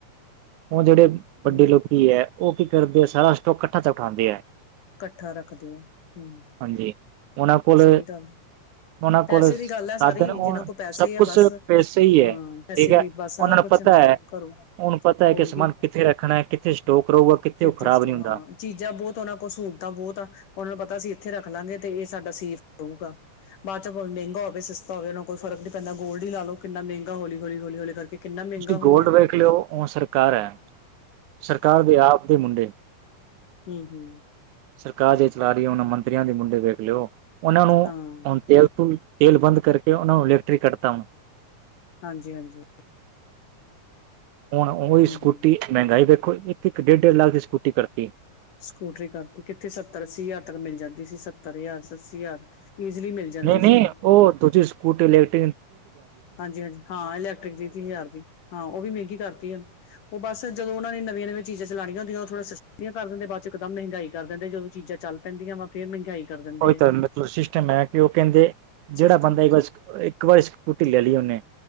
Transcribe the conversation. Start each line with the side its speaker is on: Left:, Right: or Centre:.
Right: ਉਹ ਜਿਹੜੇ ਵੱਡੇ
Left: ਹਮ
Right: ਲੋਕੀ ਹੈ ਉਹ ਕੀ ਕਰਦੇ ਆ ਸਾਰਾ ਸਟੋਕ ਇਕੱਠਾ ਚ ਉਠਾਉਦੇ ਹੈ
Left: ਇਕੱਠਾ ਰੱਖਦੇ ਆ ਹਮ
Right: ਹਾਂਜੀ ਉਹਨਾਂ ਕੋਲ
Left: ਸਹੀ ਗੱਲ
Right: ਉਹਨਾਂ
Left: ਪੈਸੇ
Right: ਕੋਲ ਸਾਧਨ
Left: ਦੀ ਗੱਲ ਹੈ ਸਾਰੀ
Right: ਉਹ
Left: ਜਿੰਹਨਾਂ ਕੋਲ ਪੈਸੇ
Right: ਸਭ ਕੁਛ
Left: ਆ ਬਸ
Right: ਪੈਸੇ ਹੀ ਹੈ
Left: ਹਾਂ ਪੈਸੇ
Right: ਠੀਕ ਹੈ
Left: ਦੀ ਬਸ ਸਾਰਾ
Right: ਉਹਨਾਂ ਨੂੰ
Left: ਕੁਛ
Right: ਪਤਾ
Left: ਹਾਂ
Right: ਹੈ
Left: ਕਰੋ
Right: ਉਹਨੂੰ ਪਤਾ ਹੈ
Left: ਹੋਰਗੀ
Right: ਕਿ ਸਮਾਨ ਕਿੱਥੇ ਰੱਖਣਾ ਹੈ ਕਿੱਥੇ ਸਟੋਕ ਰਹੇਗਾ ਕਿੱਥੇ ਉਹ
Left: ਚਥੇ
Right: ਖ਼ਰਾਬ
Left: ਸਟੋ
Right: ਨਹੀਂ ਹੁੰਦਾ
Left: ਹਾਂ ਚੀਜ਼ਾਂ ਬਹੁਤ ਉਹਨਾਂ ਕੋਲ ਸਹੂਲਤਾਂ ਬਹੁਤ ਉਹਨਾਂ ਨੂੰ ਪਤਾ ਅਸੀਂ ਇੱਥੇ ਰੱਖ ਲਾਂਗੇ ਤੇ ਇਹ ਸਾਡਾ ਸੇਵ ਰਹੂਗਾ ਬਾਅਦ ਚ ਮਹਿੰਗਾ ਹੋਵੇ ਸਿਸਤਾ ਹੋਵੇ ਉਹਨਾਂ ਕੋਈ ਫਰਕ ਨੀ ਪੈਂਦਾ ਗੋਲਡ ਹੀ ਲਾਲੋ ਕਿੰਨਾ ਮਹਿੰਗਾ ਹੌਲੀ-ਹੌਲੀ-ਹੌਲੀ ਕਰਕੇ ਕਿੰਨਾ ਮਹਿੰਗਾ
Right: ਤੁਸੀਂ ਗੋਲਡ
Left: ਹੋ ਗਿਆ
Right: ਵੇਖ ਲਿਓ ਉਹਓ ਸਰਕਾਰ ਹੈ। ਸਰਕਾਰ ਦੇ ਆਪ ਦੇ ਮੁੰਡੇ
Left: ਹੂ ਹੂ
Right: ਸਰਕਾਰ ਜੇ ਚਲਾ ਰਹੀ ਹੈ ਉਹਨਾਂ ਮੰਤਰੀਆਂ ਦੇ ਮੁੰਡੇ ਵੇਖ ਲਿਓ ਉਹਨਾਂ ਨੂੰ
Left: ਹਾਂ
Right: ਹਣ ਤੇਲ ਤੇਲ ਬੰਦ ਕਰਕੇ ਉਹਨਾਂ ਨੂੰ ਇਲੈਕਟ੍ਰਿਕ ਕੱਢਤਾ ਵਾ
Left: ਹਾਂਜੀ-ਹਾਂਜੀ
Right: ਹੁਣ ਉਹੀ ਸਕੂਟੀ
Left: ਹੂੰ
Right: ਮਹਿੰਗਾਈ ਵੇਖੋ ਇੱਕ-ਇੱਕ ਡੇਢ-ਡੇਢ ਲੱਖ ਦੀ ਸਕੂਟੀ ਕਰਤੀ
Left: ਸਕੂਟਰੀ ਕਰਤੀ ਕਿੱਥੇ ਸੱਤਰ ਅੱਸੀ ਹਜ਼ਾਰ ਤੱਕ ਮਿਲ ਜਾਂਦੀ ਸੀ ਸੱਤਰ ਹਜ਼ਾਰ ਆਸੀ ਹਜ਼ਾਰ ਈਜ਼ਲੀ ਮਿਲ ਜਾਂਦੀ
Right: ਨਹੀਂ-ਨਹੀਂ
Left: ਸੀ ਹੁਣ
Right: ਉਹ ਤੁਸੀ ਸਕੂਟੀ ਇੈਕਟ੍ਰ
Left: ਹਾਂਜੀ-ਹਾਂਜੀ ਹਾਂ ਇਲੈਕਟ੍ਰਿਕ ਦੀ ਤੀ-ਤੀ ਹਜ਼ਾਰ ਦੀ ਹਾਂ। ਉਹ ਵੀ ਮਹਿੰਗੀ ਕਰਤੀ ਉਹ ਬਸ ਜਦੋਂ ਉਹਨਾਂ ਨੇ ਨਵੀਆਂ ਨਵਂ ਚੀਜ਼ਾਂ ਚਲਾਉਣੀਆਂ ਹੁੰਦੀਆਂ ਥੋੜਾ ਸਸਤੀਆਂ ਕਰ ਦਿੰਦੇ ਬਾਦ ਚ ਇੱਕੋ ਦਮ ਮਹਿੰਗਾਈ ਕਰ ਦਿੰਦੇ ਜਦੋਂ ਚੀਜ਼ਾ ਚੱਲ ਪੈਂਦੀਆਂ ਵਾ ਫੇ ਮਹਿੰਗਾਈ ਕਰ ਦਿੰਦੇ
Right: ਉਹੀਹਾ
Left: ਆ
Right: ਮ ਸਿਸਟਮ ਹੈ ਕਿ ਉਹ ਕਹਿੰਦੇ ਜਿਹੜਾ
Left: ਸਿਸਟਮ
Right: ਬੰਦਾ ਇੱਕ ਵਾਰ ਇੱਕ ਵਾਰੀ ਲੈ ਲਈ ਉਹਨੇ